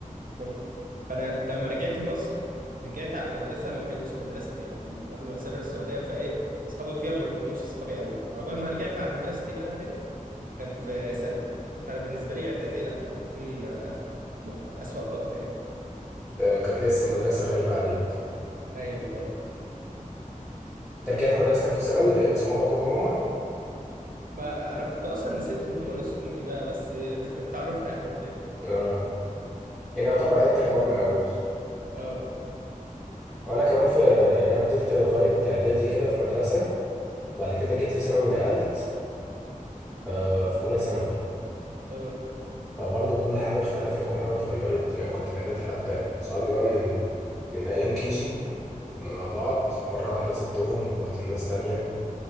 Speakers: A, on the right; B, in the centre.
A: تمام فانا لما رجعت مصر رجعت على مدرسه ما كانتش مدرستي قبل قبل ما اسافر السعوديه فايه اصحابي فيها ما يكونوش اصحابي قوي عقبال ما رجعت على مدرستي بقى تاني كان في ثانوي فانا بالنسبه لي اعدادي لا ممكن تكون آه، اسوأ فتره يعني
B: آه، كانت لسه المدرسة غريبة عليك
A: ايوه اه
B: أنت رجعت مدرستك في ثانوي لقيت صحابك هم هم
A: ما انا كنت اصلا نسيتهم هم نسوني بقى بس <laughs> اتعرفت عليهم تاني
B: اه يعني يعتبر عدت الحوار من الأول
A: اه
B: وأنا كمان في يعني أنا فضلت لغاية إعدادي كده في مدرسة وبعد كده جيت في ثانوي نقلت آه، في اولى ثانوي
A: اه
B: فبرضه كل حاجه اختلفت كل حاجه اتغيرت يعني أنا كنت في اعدادي حتى صحابي بقى من من ايام كيجي كنا مع بعض مره واحده سبتهم ورحت لناس تانية